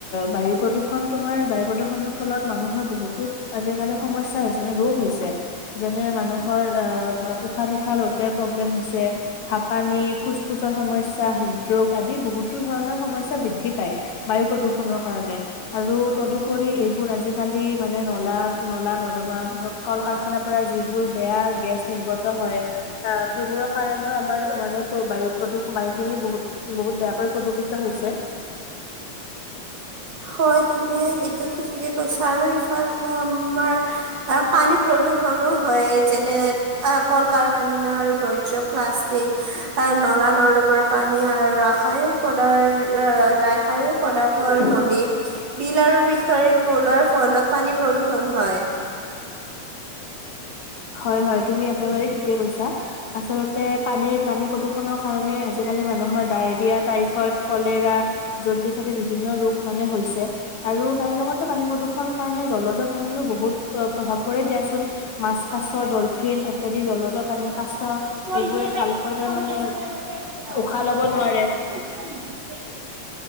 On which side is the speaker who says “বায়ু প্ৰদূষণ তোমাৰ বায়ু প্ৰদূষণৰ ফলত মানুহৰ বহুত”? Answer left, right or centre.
Left